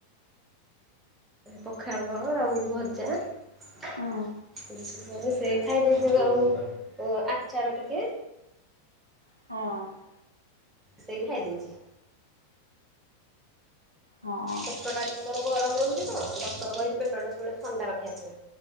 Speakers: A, on the right; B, on the right.
A: ପଖାଳ ଆଉ ଭଜା ଏମତି
B: ହୁଁ
A: ସେ ଖାଇଦେଇଥିବ ଆଉ ଆଚାର ଟିକେ।
B: ହଁ।
A: ସେଇ ଖାଇ ଦେଇଛି।
B: ହଁ।
A: ପେଟ ଟା ଟିକେ ମୋର ଗରମ ରହୁଛି ତ ଡକ୍ଟର କହିଛି ପେଟା ସବୁବେଳେ ଥଣ୍ଡା ରଖିବା ପାଇଁ